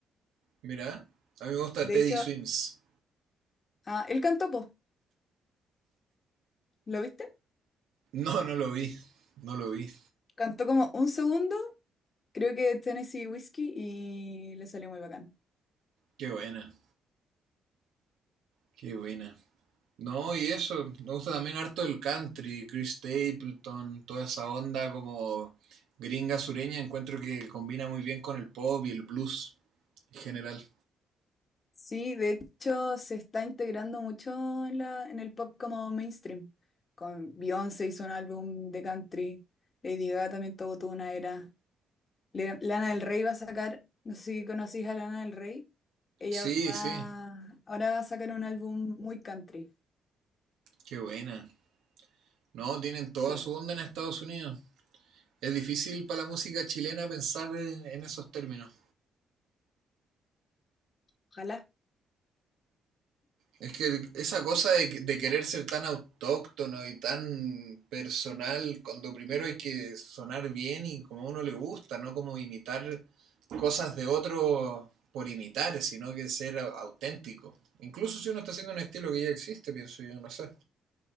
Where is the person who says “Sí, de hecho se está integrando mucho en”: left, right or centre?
Left